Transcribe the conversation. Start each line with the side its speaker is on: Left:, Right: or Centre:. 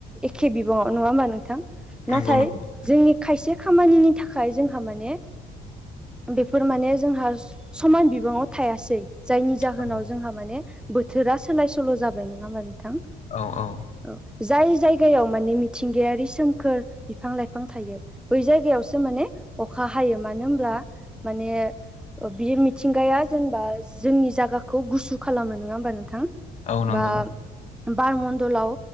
Centre: एखे बिबाङाव नङा होमबा नोंथां
Left: नंगौ
Centre: ना
Left: नंगौ
Centre: जोंनि खायसे खामानिनि थाखाय जोंहा माने बेफोर माने जोंहा समान बिबाङाव थायासै जायनि जाहोनाव
Left: औ
Centre: जोंहा माने बोथोरा सोलाय सोल' जाबाय नङा होमबा नोंथां
Left: औ औ
Centre: औ जाय जायगायाव माने मिथिंगायारि सोमखोर बिफां लाइफां थायो बै जायगायावसो माने अखा हायो मानो होमब्ला माने बेयो मिथिंगाया जेनेबा जोंनि जायगाखौ गुसु खालामो नङा होमबा नोंथां
Left: औ नंगौ
Centre: बा बार मडण्लाव